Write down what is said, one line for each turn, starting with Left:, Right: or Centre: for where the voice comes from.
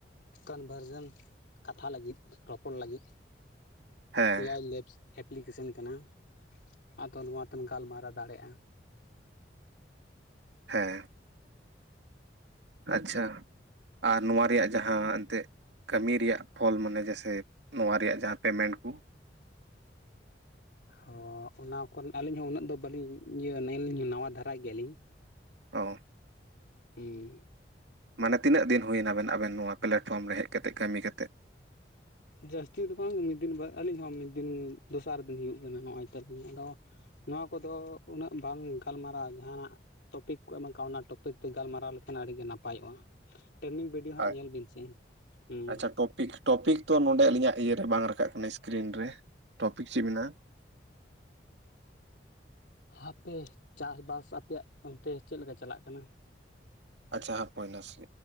Left: ᱠᱚᱱᱵᱷᱟᱨᱡᱮᱱ ᱠᱟᱛᱷᱟ ᱞᱟᱹᱜᱤᱫ ᱨᱚᱯᱚᱲ ᱞᱟᱹᱜᱤᱫ
Right: ᱦᱮᱸ
Left: ᱮᱭᱟᱭ ᱞᱮᱯᱥ ᱮᱯᱞᱤᱠᱮᱥᱚᱱ ᱠᱟᱱᱟ ᱟᱫᱚ ᱱᱚᱣᱟ ᱛᱮᱢ ᱜᱟᱞᱢᱟᱨᱟᱣ ᱫᱟᱲᱮᱭᱟᱜᱼᱟ᱾
Right: ᱦᱮᱸ ᱟᱪᱷᱟ ᱟᱨ ᱱᱚᱣᱟ ᱨᱮᱭᱟᱜ ᱡᱟᱦᱟᱸ ᱮᱱᱛᱮᱜ ᱠᱟᱹᱢᱤ ᱨᱮᱭᱟᱜ ᱯᱷᱚᱞ ᱢᱟᱱᱮ ᱡᱮᱥᱮ ᱱᱚᱣᱟ ᱨᱮᱭᱟᱜ ᱡᱟᱦᱟᱸ ᱯᱮᱢᱮᱱᱴ ᱠᱚ?
Left: ᱦᱚᱸ ᱚᱱᱟ ᱠᱚᱨᱮ ᱟᱹᱞᱤᱧ ᱦᱚᱸ ᱩᱱᱟᱹᱜ ᱫᱚ ᱵᱟᱹᱞᱤᱧ ᱤᱭᱟᱹ ᱞᱤᱧ ᱱᱟᱣᱟ ᱫᱷᱟᱨᱟ ᱜᱮᱭᱟᱞᱤᱧ᱾
Right: ᱚ
Left: ᱦᱩᱸᱻ
Right: ᱢᱟᱱᱮ ᱛᱤᱱᱟᱹᱜ ᱫᱤᱱ ᱦᱩᱭᱱᱟ ᱵᱮᱱ ᱟᱵᱮᱱ ᱱᱚᱣᱟ ᱯᱞᱟᱴᱯᱷᱚᱨᱚᱢ ᱨᱮ ᱦᱮᱡ ᱠᱟᱛᱮᱫ ᱠᱟᱹᱢᱤ ᱠᱟᱛᱮᱫ?
Left: ᱡᱟᱹᱥᱛᱤ ᱫᱚ ᱵᱟᱝ ᱢᱤᱫ ᱫᱤᱱ ᱟᱹᱞᱤᱧ ᱦᱚᱸ ᱢᱤᱫ ᱫᱤᱱ ᱫᱚᱥᱟᱨ ᱫᱤᱱ ᱦᱩᱭᱩᱜ ᱠᱟᱱᱟ ᱱᱚᱜᱼᱚᱭ ᱛᱚ ᱟᱞᱤᱧ ᱟᱫᱚ ᱱᱚᱣᱟ ᱠᱚᱫᱚ ᱩᱱᱟᱹᱜ ᱵᱟᱝ ᱜᱟᱞᱢᱟᱨᱟᱣᱟ ᱡᱟᱦᱟᱱᱟᱜ ᱴᱚᱯᱤᱠ ᱠᱚ ᱮᱢ ᱠᱟᱜᱼᱟ ᱚᱱᱟ ᱴᱚᱯᱤᱠ ᱛᱮ ᱜᱟᱞᱢᱟᱨᱟᱣ ᱞᱮᱠᱷᱟᱱ ᱟᱹᱰᱤ ᱜᱮ ᱱᱟᱯᱟᱭᱚᱜᱼᱟ᱾ ᱴᱨᱮᱱᱤᱝ ᱵᱤ ᱰᱤᱣ ᱦᱟᱸᱜ
Right: ᱟᱨ
Left: ᱧᱮᱞ ᱵᱤᱱ ᱥᱮ ᱦᱩᱸ
Right: ᱟᱪᱪᱷᱟ ᱴᱚᱯᱤᱠ ᱴᱚᱯᱤᱠ ᱛᱚ ᱱᱚᱰᱮ ᱟᱹᱞᱤᱧᱟᱜ ᱤᱭᱟᱹ ᱨᱮ ᱵᱟᱝ ᱨᱟᱠᱟᱵ ᱠᱟᱱᱟ ᱥᱠᱨᱤᱱ ᱨᱮ ᱴᱚᱯᱤᱠ ᱪᱮᱫ ᱢᱮᱱᱟᱜᱼᱟ?
Left: ᱦᱟᱯᱮ ᱪᱟᱥ ᱵᱟᱥ ᱟᱯᱮᱭᱟᱜ ᱚᱱᱛᱮ ᱪᱮᱫ ᱞᱮᱠᱟ ᱪᱟᱞᱟᱜ ᱠᱟᱱᱟ?
Right: ᱟᱪᱪᱷᱟ ᱦᱟᱯᱚᱭ ᱱᱟᱥᱮ